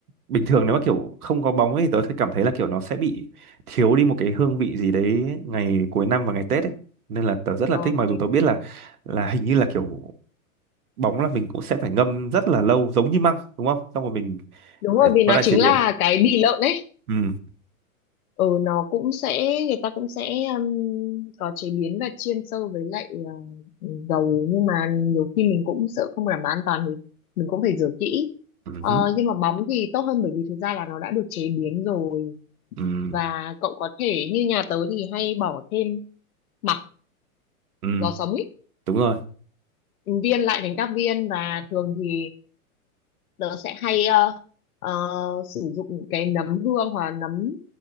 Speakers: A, on the right; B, on the left.
A: bình thường nếu mà kiểu không có bóng ấy tớ thấy cảm thấy là kiểu nó sẽ bị thiếu đi một cái hương vị gì đấy ngày cuối năm và ngày Tết ấy nên là tớ rất là
B: ok
A: thích mặc dù tớ biết là là hình như là kiểu bóng là mình cũng sẽ phải ngâm rất là lâu giống như măng đúng không xong rồi mình
B: đúng rồi
A: phải
B: vì nó
A: vẫn là
B: chính
A: chế biến
B: là cái bì lợn ấy
A: ừ
B: ừ nó cũng sẽ người ta cũng sẽ um, có chế biến và chiên sâu với lại ờ, dầu nhưng mà nhiều khi mình cũng sợ không đảm bảo an toàn thì mình cũng phải rửa kỹ
A: ừ
B: Ờ,
A: hứ,
B: nhưng mà bóng thì tốt hơn bởi vì thực ra là nó đã được chế biến rồi
A: ừ
B: và cậu có thể như nhà tớ thì hay bỏ thêm mặc
A: ừ
B: giò sống ý
A: đúng rồi
B: viên lại thành các viên và thường thì tớ sẽ hay ờ, ờ, sử dụng cái nấm hương hoặc là nấm